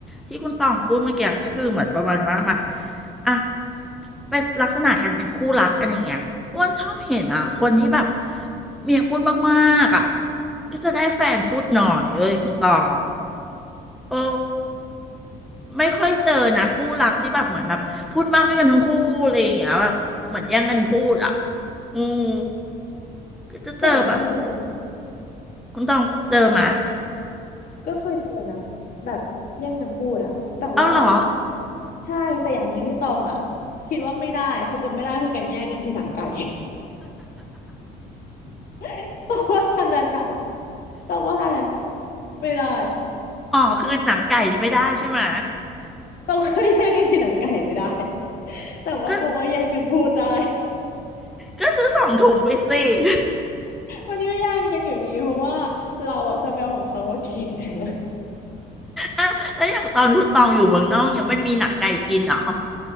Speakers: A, in the centre; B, on the left (about 60°).
A: ที่คุณต่องพูดเมื่อกี้ก็คือเหมือนประมาณว่าแบบอ่ะ เป็นลักษณะกันเป็นคู่รักกันอย่างเงี้ยอ้วนชอบเห็นอ่ะ คนที่แบบ เมียพูดมากๆอ่ะก็จะได้แฟนพูดหน่อยเอ้ยคุณตอง โอ้ไม่ค่อยเจอนะคู่รักที่แบบเหมือนแบบพูดมากด้วยกันทั้งคู่อะไรอย่างเงี้ยแบบเหมือนแย่งกันพูดอ่ะอืมก็จะเจอแบบ
B: แต่ตองก็เคยเจอ
A: คุณต้องเจอมา
B: ว่าไปก็เคยเจอนะแบบแย่งกันพูดอะแต่ว่า
A: เอาเหรอ
B: ใช่แต่อย่างหนึ่งที่ตองอะคิดว่าไม่ได้คบกันไม่ได้คือการแย่งกันกินหนังไก่ <laughs> ต้องว่าอันนั้นอะต้องว่าอะไรนอะไม่ได้
A: <laughs> อ๋อคือหนังไก่นี่ไม่ได้ใช่ไหม
B: ต้องว่แย่งกันกินหนังไก่ไม่ได้แต่ว่าตองว่แย่งกันพูดได้
A: ก็ก็ซื้อสองถุงไปสิ <laughs>
B: <laughs> วันนี้ก็แย่งกันอยู่ดีเพราะว่าเราอะจะไปเอาของเขามากิน <laughs>
A: อ้าวแล้วอย่างตอนคุณตองอยู่เมืองนอกเนี่ยมันมีหนังไก่กินเหรอ